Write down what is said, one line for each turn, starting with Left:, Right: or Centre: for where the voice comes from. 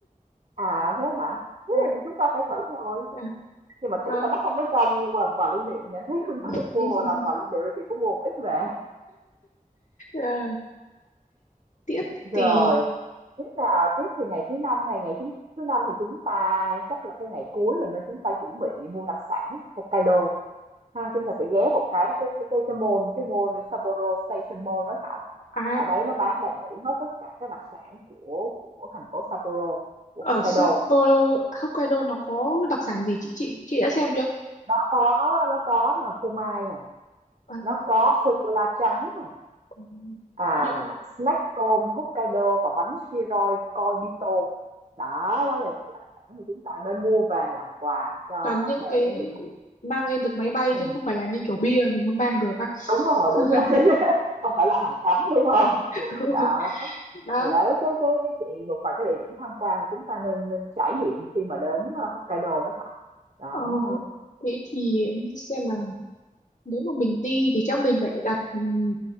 Right: à thế hả? Thế
Left: à,
Right: thì chúng ta phải thử rồi.
Left: à,
Right: Nhưng mà tiếc
Left: à,
Right: là nó không có cho mua làm quà lưu niệm nha. <laughs> Nếu mà
Left: <laughs>
Right: được mua vào làm quà lưu niệm là chị cũng mua một ít về.
Left: à, tiếp
Right: Rồi,
Left: thì
Right: tiếp là tiếp thì ngày thứ năm này, ngày chúng thứ năm thì chúng ta chắc là cái ngày cuối rồi nên chúng ta chuẩn bị mua đặc sản Hokkaido ha, chúng ta sẽ ghé một cái cái cái cái, cái mall cái mall Sapporo Station Mall đó Thảo.
Left: à,
Right: Ở đấy nó bán đầy đủ hết tất cả các đặc sản của của thành phố Sapporo của
Left: ở
Right: Hokkaido.
Left: Sapporo Hokkaido nó có đặc sản gì chị chị chị đã xem chưa
Right: Nó có nó có là phô mai này,
Left: à,
Right: nó có sô cô la trắng
Left: ừ,
Right: à
Left: những-
Right: snack tôm Hokkaido và bánh siroi Koibito đó đó là những cái đặc sản mà chúng ta nên mua về làm quà cho
Left: toàn
Right: bạn
Left: những
Right: bè
Left: cái
Right: với người thân
Left: mang lên được máy bay
Right: ừ.
Left: chứ không phải là như kiểu bia mình không mang được á
Right: đúng rồi
Left: <laughs>
Right: đúng rồi <laughs> không phải là hàng cấm đúng không
Left: Đúng
Right: đó
Left: rồi. đó
Right: thì đấy cái cái cái chị một vài cái địa điểm tham quan mà chúng ta nên nên trải nghiệm khi mà đến ờ, Hokkaido đó Thảo đó
Left: ờ,
Right: ha.
Left: thế thì em xem nào nếu mà mình đi thì chắc mình phải đặt ừm,